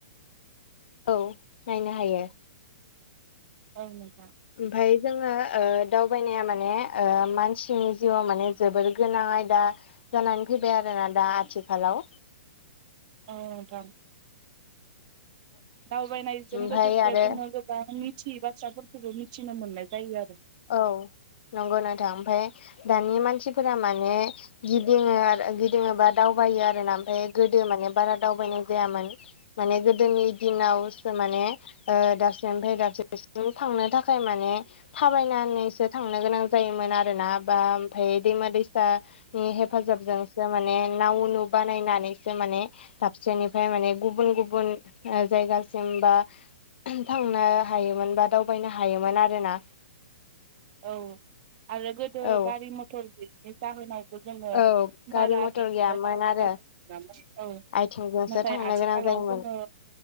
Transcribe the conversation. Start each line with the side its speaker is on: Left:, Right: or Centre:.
Left: औ नायनो हायो।
Right: औ नोंथां।
Left: ओमफाय जोङो ओ दावबायनाया माने ओ मानसिनि जिउआव माने जोबोर गोनां आयदा। जानानै फैबाय आरोना दा आथिखालाव।
Right: ओ जार। दावबायनायजों
Left: ओमफाय
Right: लोगोसे
Left: आरो
Right: जोङो गोबां मिथियै बाथ्राफोरखौबो मिथिनो मोननाय जायो आरो।
Left: औ नंगौ नोंथां ओमफाय दानि मानसिफोरा माने। गिदिङो आरो गिदिङोबा दावबायो आरोना ओमफाय गोदो माने बारा दावबायनाय जायामोन। माने गोदोनि दिनावसो माने। ओ दाबसेनिफ्राय दाबसे बेसिम थांनो थाखाय माने। थाबायनानैसो थांनो गोनां जायोमोन आरोना बा ओमफाय दैमा- दैसा। हेफाजाबजोंसो माने नाव उनु बानायनानैसो माने। दाबसेनिफ्राय माने गुबुन- गुबुन ओ जायगासिम बा। थांनो हायोमोन बा दावबायनो हायोमोन आरोना।
Right: औ आरो गोदो
Left: औ
Right: गारि-मथर बिब्दि जाहोनाय। जोङो
Left: औ गारि
Right: बारा
Left: मथर
Right: बिदिनो
Left: गैयामोन
Right: दावगा
Left: आरो
Right: दावबायोमोन औ।
Left: आथिंजोंसो
Right: नाथाय
Left: थांनो
Right: आथिखालाव
Left: गोनां जायोमोन
Right: जोङो